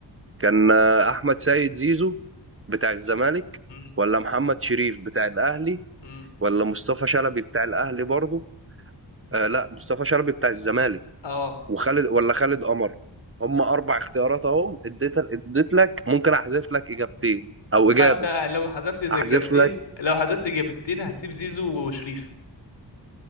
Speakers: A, on the right (about 30°); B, on the left (about 75°).
A: كان آه، احمد سيد زيزو بتاع الزمالك
B: مم.
A: ولا محمد شريف بتاع الاهلي
B: مم.
A: ولا مصطفى شلبي بتاع الاهلي برضه آه لا مصطفى شلبي بتاع الزمالك
B: اه
A: وخالد ولا خالد قمر هم اربع اختيارات اهم اديت اديت لك ممكن احذف لك اجابتين او
B: اما
A: اجابه
B: انت لو حذفت زي
A: احذف
B: الجبتين
A: لك
B: لو حذفت جبتين هتسيب زيزو وشريف